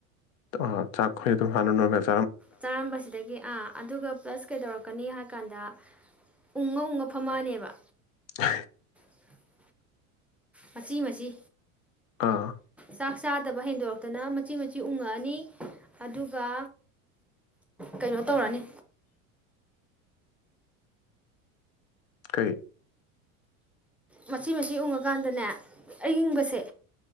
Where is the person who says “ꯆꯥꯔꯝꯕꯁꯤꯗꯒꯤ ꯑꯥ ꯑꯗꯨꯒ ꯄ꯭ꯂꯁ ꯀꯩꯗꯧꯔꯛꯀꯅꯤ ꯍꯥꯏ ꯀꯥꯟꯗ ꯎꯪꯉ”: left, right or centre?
Centre